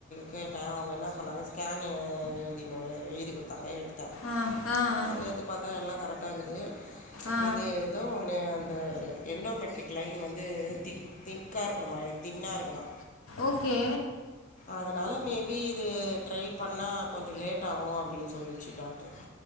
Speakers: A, on the left (about 40°); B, on the left (about 80°).
A: கேட்டேன் அவங்க என்ன சொன்னாங்க ஸ்கேன் இது எழுதி நாங்க எழுதி கொடுத்தாங்க எடுத்தா
B: ஆ ஆ ஆ
A: அதிலெடுத்து பாத்தா எல்லா கரெக்டா இக்குது
B: ஆ
A: இது ஏதோ ஒன்னே இந்த என்டோமெட்ரிக் லைன் வந்து திக் திக்கா இருக்கணுமா எனக்கு தின்னா இருக்குதா
B: ஓகே
A: அதனால மேபி இது ட்ரை பண்ணா கொஞ்சொ லேட் ஆகும் அப்படின்னு சொல்லிச்சு டாக்டர்